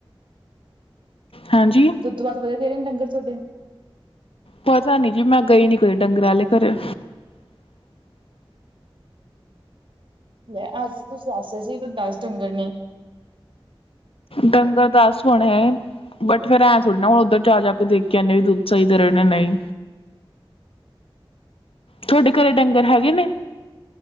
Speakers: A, on the left (about 75°); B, on the right (about 60°).
A: ਹੈਂਜੀ।
B: ਦੁੱਧ ਵਾਧ ਵਧੀਆ ਦੇ ਰਹੇ ਡੰਗਰ ਸੋਡੇ
A: ਪਤਾ ਨੀ ਜੀ ਗਈ ਨੀ ਕਦੇ ਡੰਗਰ ਆਲੇ ਘਰੇ।
B: ਲੈ ਅੱਜ ਤੁਸੀਂ ਦੱਸੇ ਰਹੇ ਸੀ ਦਸ ਡੰਗਰ ਨੇ।
A: ਡੰਗਰ ਦਸ ਹੋਣ ਹੈ। ਬਟ, ਫਿਰ ਐਂ ਥੋੜੀ ਨਾ ਹੁਣ ਉੱਧਰ ਜਾ- ਜਾ ਕੇ ਦੇਖ ਕੇ ਆਦੇ ਵੀ ਦੁੱਧ ਸਹੀ ਦੇ ਰਹੇ ਨੇਜਾ ਨਹੀਂ। ਤੁਹਾਡੇ ਘਰੇ ਡੰਗਰ ਹੈਗੇ ਨੇ?